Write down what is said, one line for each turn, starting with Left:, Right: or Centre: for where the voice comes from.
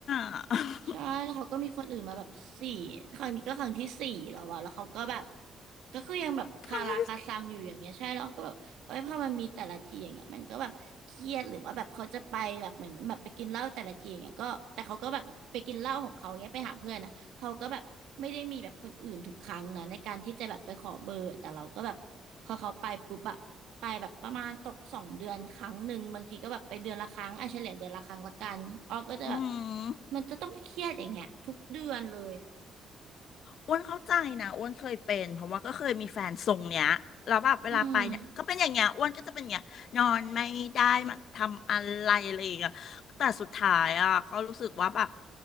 Left: <laughs>
Right: ใช่แล้วเขาก็มีคนอื่นมาแบบสี่ครั้งนี้ก็ครั้งที่สี่แล้ววะแล้วเขาก็แบบก็คือยังแบบคาราคาซังอยู่อย่างเงี้ยใช่แล้วก็แบบเอ้ยพอมันมีแต่ละทีอย่างเงี้ยมันก็แบบเครียดหรือว่าแบบเขาจะไปแบบเหมือนแบบไปกินเหล้าแต่ละทีอย่างเงี้ยก็แต่เขาก็แบบไปกินเหล้าของเขาเงี้ยไปหาเพื่อนนะเขาก็แบบไม่ได้มีแบบคนอื่นทุกครั้งนะในการที่จะแบบไปขอเบอร์แต่เราก็แบบ
Left: ทำไม
Right: พอเขาไปปุ๊บอะไปแบบประมาณตกสองเดือนครั้งหนึ่งบางทีก็แบบไปเดือนละครั้งอ่ะเฉลี่ยเดือนละครั้งละกันออก็จะแบบ
Left: อืม
Right: มันจะต้องเครียดอย่างเงี้ยทุกเดือนเลยอะ
Left: อ้วนเข้าใจนะอ้วนเคยเป็นเพราะว่าก็เคยมีแฟนทรงเนี้ยแล้วแบบเวลาไปเนี่ยก็เป็นอย่างเงี้ยอ้วนก็จะเป็นอย่างเงี้ยนอนไม่ได้มันทำอะไรอะไรอย่างเงี้ยแต่สุดท้ายอ่ะก็รู้สึกว่าแบบ
Right: อืม